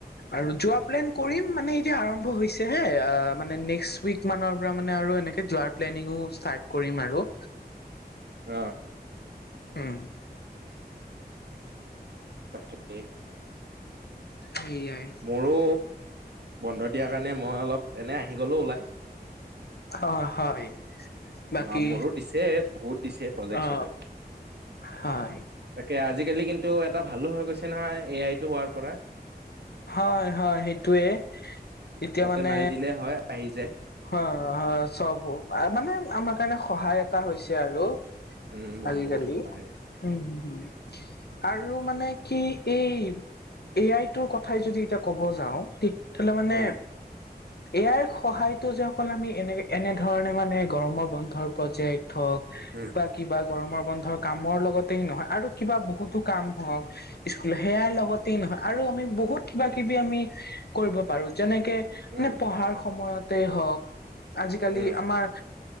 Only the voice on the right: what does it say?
অ'।
<unintelligible>
মোৰো, বন্ধ দিয়াৰ কাৰণে মই অলপ এনে আহি গ'লো ওলাই।
অ', মোৰো দিছে, বহুত দিছে প্ৰজেক্ট
চজেক্ট।
তাকে, আজিকালি কিন্তু এটা ভালো হৈ গৈছে নহয়, এ আইটো হোৱাৰ পৰা।
তাতে
মাৰি দিলে হয়, আহি য
উম বহুত
বহুত সহায়
উম
উম।
উম
উম